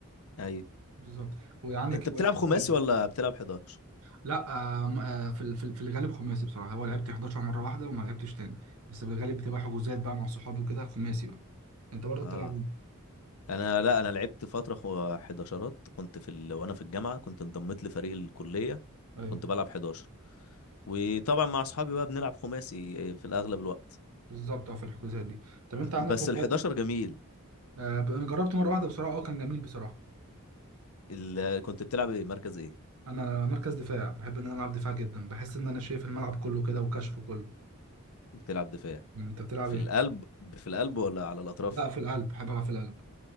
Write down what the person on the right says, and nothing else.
بالظبط وعندك
هوايات
إيه تاني
لا آه م- آه في ال- في ال- في الغالب خماسي بصراحه هو لعبت 11 مره واحده وما لعبتش تاني بس في الغالب بتبقى حجوزات بقى مع صحابي وكده خماسي بقى انت برضه
بتلعب إيه؟
ايوه
بالظبط اه في الحجوزات دي طب انت عندك
هوايات
آه ب- انا جربت مره واحده بصراحه اه كان جميل بصراحه
انا مركز دفاع بحب ان انا العب دفاع جدا بحس ان انا شايف الملعب كله كده وكشفه كله
مم، انت بتلعب
ايه
لا في القلب بحب العب في القلب